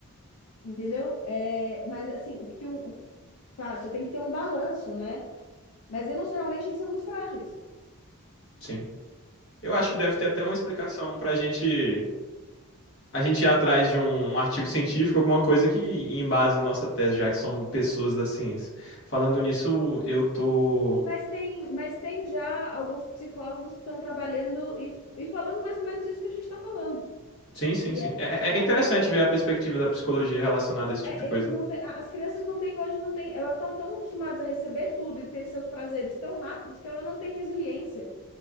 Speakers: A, on the left; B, on the left.
A: entendeu? É, mas assim, o- porque o, o- pá, você tem que ter um balanço, né? Mas emocionalmente eles são muito frágeis.
B: Sim. Eu acho que deve ter até uma explicação pra gente. A gente ir atrás de um artigo científico, alguma coisa que embase nossa tese, já que somos pessoas da ciência. Falando nisso, eu tô.
A: Mas tem, mas tem já alguns psicólogos que estão trabalhando e, e falando mais ou menos isso que a gente está falando,
B: Sim, sim,
A: que
B: sim.
A: é
B: É, é- é interessante
A: a questão,
B: ver a perspectiva da psicologia relacionada a esse tipo
A: é,
B: de coisa.
A: eles não têm- a- as crianças não têm hoje, não têm, elas estão tão tão acostumadas a receber tudo e ter seus prazeres tão rápidos que ela não tem resiliência,